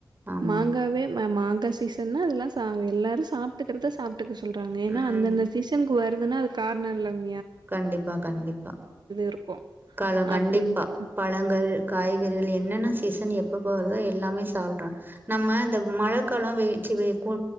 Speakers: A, on the right; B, on the right.
A: ஆமா
B: மாங்காவே ம மாங்கா சீசன்ல அதெல்லா சா எல்லாரு சாப் ட்டுகிறத சாப் டுக்க சொல்றாங்க ஏனா
A: ம்
B: அந்தந்த சீசனுக்கு வரு துன்னா அது காரண இல்லாம
A: கண்டிப்பா, கண்டிப்பா,
B: இருக்கு
A: காலம் கண்டிப்பா
B: அப்டின்ட்டு
A: பழங்கள் காய்கறி அது என்னென்ன சீசன் எப்பெப்ப வருதோ எல்லாமே சாப்டனு நம்ம இந்த மழக்காலோ வெயி வெ கு